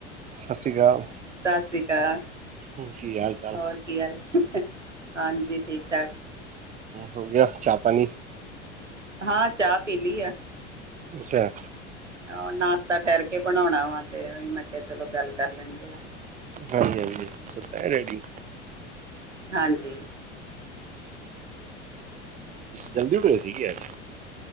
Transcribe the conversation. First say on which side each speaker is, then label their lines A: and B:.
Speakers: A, on the right; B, on the right.
A: ਸਾਸਈ ਅਕਾਲ।
B: ਸਤਿ ਸ਼੍ਰੀ ਅਕਾਲ,
A: ਹੋ ਕੀ ਹਾਲ ਚਾਲ?
B: ਹੋਰ ਕੀ ਹਾਲ ਹਾਂਜੀ, ਠੀਕ-ਠਾਕ
A: ਹੋ ਗਿਆ ਚਾਹ ਪਾਣੀ
B: ਹਾਂ ਚਾਹ ਪੀਲੀ ਆ।
A: ਤਾਂ।
B: ਆਹ ਨਾਸ਼ਤਾ ਠਹਿਰ ਕੇ ਬਣਾਣਾ ਵਾ ਤੇ ਉਹੀ ਮੈਂ ਕਿਹਾ ਚਲੋ ਗੱਲ ਕਰ ਲੈਂਨੇ ਆ
A: ਹਾਂਜੀ-ਹਾਂਜੀ, ਸੁਤਾ ਹੈ ਡੈਡੀ
B: ਹਾਂਜੀ।
A: ਜਲਦੀ ਉਠੇ ਸੀਗੇ ਅ <inaudible>